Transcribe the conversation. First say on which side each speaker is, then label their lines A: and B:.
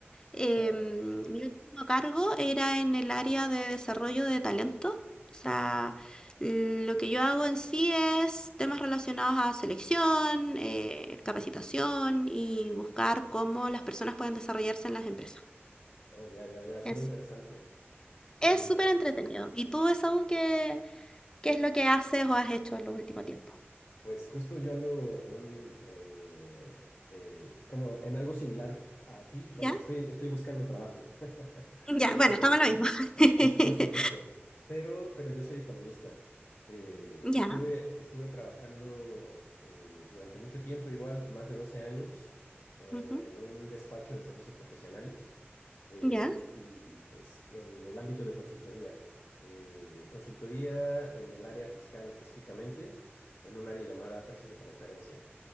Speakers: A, on the left; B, on the left.
A: Em,
B: claro.
A: mi último cargo era en el área de desarrollo de talento. O sea, lo que yo hago en sí es temas relacionados a selección, eh, capacitación y buscar cómo las personas pueden desarrollarse en las empresas.
B: Oh, ya, ya, ya, suena
A: Es
B: interesante. Eh,
A: es súper entretenido. ¿Y tú, Esaú, qué, qué es lo que haces o has hecho en los últimos tiempos?
B: pues justo yo ando en un, eh, eh, como en algo similar a ti. Bueno,
A: Ya,
B: estoy, estoy buscando trabajo. <laughs>
A: ya,
B: Eh,
A: bueno,
B: también,
A: estamos en lo mismo. <laughs>
B: Es justo, justo. Pero, pero yo soy economista. Eh,
A: Ya,
B: estuve, estuve trabajando eh, durante mucho tiempo, igual más de 12 años, eh,
A: ujú,
B: en un despacho de servicios profesionales eh,
A: ya.
B: y pues en el ámbito de consultoría. Eh, consultoría en el área fiscal específicamente, en un área llamada precios de transferencia.